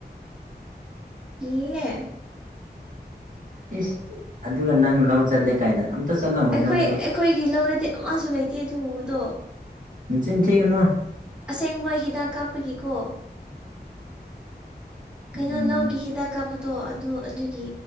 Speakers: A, in the centre; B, on the right.
A: ꯀꯤꯌꯦꯍꯦ
B: ꯏꯁ ꯑꯗꯨꯒ ꯅꯪ ꯂꯧ ꯆꯠꯂꯦ ꯀꯥꯏꯅ ꯑꯃꯇ ꯆꯠꯂꯝꯃꯣꯏ
A: ꯑꯩꯈꯣꯏ
B: ꯅꯪꯗꯣ
A: ꯑꯩꯈꯣꯏꯒꯤ ꯂꯧꯔꯗꯤ ꯑꯃꯁꯨ ꯂꯩꯇꯦ ꯑꯗꯨꯒꯨꯝꯕꯗꯣ
B: ꯅꯆꯤꯟ ꯊꯤꯒꯅꯣ
A: ꯑꯁꯦꯡꯕ ꯍꯤꯗꯥꯛ ꯀꯥꯞꯄꯒꯤꯀꯣ ꯀꯩꯅꯣ
B: ꯎꯝ
A: ꯂꯧꯒꯤ ꯍꯤꯗꯥꯛ ꯀꯥꯞꯄꯗꯣ ꯑꯗꯨ ꯑꯗꯨꯒꯤ